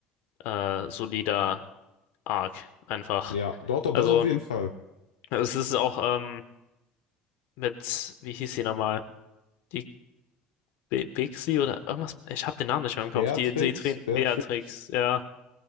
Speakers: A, on the left; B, on the left.
A: äh, solider Arc einfach.
B: Ja, dort, doch,
A: Also
B: doch, das auf jeden Fall.
A: es ist auch, ähm, mit, wie hieß sie nochmal? Die B- Bixi oder irgendwas? Ich habe den Namen nicht mehr im Kopf.
B: Beatrix,
A: Die, die Train
B: Beatrix,
A: Beatrix, ja.